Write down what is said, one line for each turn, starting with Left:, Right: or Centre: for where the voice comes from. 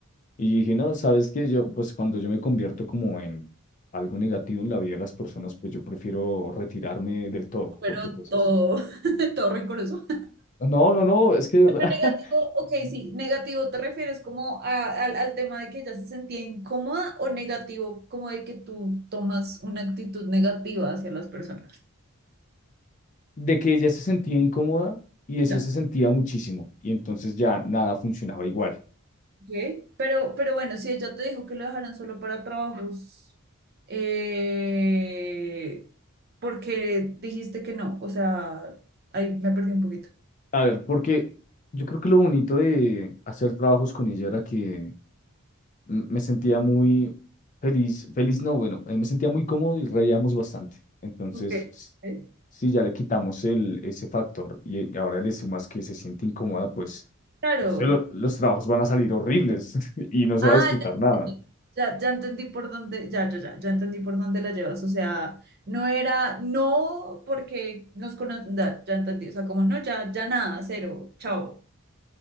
Left: Y yo dije, no, sabes que yo, pues cuando yo me convierto como en algo negativo en la vida de las personas, pues yo prefiero retirarme del todo,
Right: pero
Left: porque pues
Right: todo,
Left: es...
Right: <laughs> todo rencoroso.
Left: No, no, no, es que de verdad,
Right: Pero
Left: <laughs>
Right: negativo, ok, sí, negativo, ¿te refieres como a- al, al tema de que ella se sentía incómoda o negativo, como de que tú tomas una actitud negativa hacia las personas?
Left: de que ella se sentía incómoda y eso
Right: Ya.
Left: se sentía muchísimo, y entonces ya nada funcionaba igual.
Right: Ok. Pero, pero bueno, si ella te dijo que lo dejaran solo para trabajos, eh, porque dijiste que no, o sea, ahí me perdí un poquito.
Left: A ver, porque yo creo que lo bonito de hacer trabajos con ella era que mm, me sentía muy feliz, feliz no, bueno, eh, me sentía muy cómodo y reíamos bastante. Entonces,
Right: Ok.
Left: s-
Right: ok.
Left: si ya le quitamos el, ese factor y, y ahora le sumas que se siente incómoda, pues,
Right: Claro.
Left: no sé, lo- los trabajos van a salir horribles <laughs> y no se
Right: Ah,
Left: va a disfrutar nada.
Right: Ya, ya entendí por dónde, ya, ya, ya, ya entendí por dónde la llevas. O sea, no era, no porque nos conocen, ya, ya entendí. O sea, como no, ya, ya nada, cero, chao.